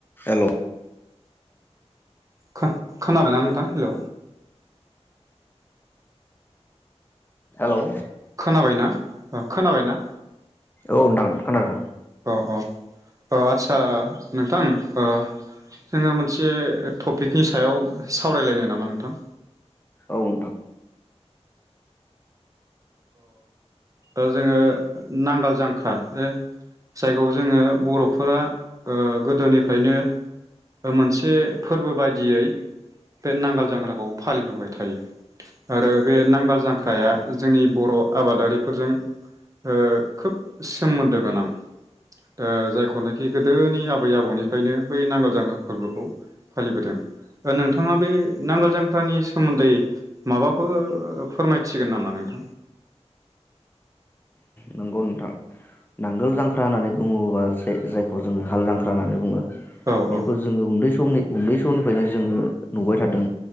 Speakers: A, on the left; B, on the right.
A: हेल'।
B: खो खोनाबायना नोंथां हेल'।
A: हेल'।
B: खोनाबायना ओ खोनाबायना।
A: औ नोथां खोनादों।
B: अ अ आचसा नोंथां ओ जोङो मोनसे टपिकनि सायाव। सावरायलायनो नामा नोंथां?
A: औ नोंथां
B: अ जोङो नांगाल जांख्रा । जायखौ जोङो। बर'फोरा ओ गोदोनिफ्रायनो मोनसे फोरबो बायदियै बे नांगाल जांख्राखौ फालिबोबाय थायो आरो बे नांगाल जांख्राया। जोंनि बर' आबादारिफोरजों। ओ खोब। सोमोन्दो गोनां ओ जायखौनाखि गोदोनि आबै आबौनिफ्रायनो बै नांगोल जांख्रा फोरबोखौ फालिबोदों नोंथाङा बे नांगोल जांख्रानि सोमोन्दै माबाफोर फोरमायथिगोन नामा नों? थ।
A: नंगौ नोंथां नांगोल जांख्रा होननानै बुङोबा जे जायखौ जोङो हाल जांख्रा होननानै बुङो।
B: औ
A: बेखौ
B: औ
A: जोङो उन्दै स समनि उन्दै समनिफ्रायनो जोङो नुबाय थादों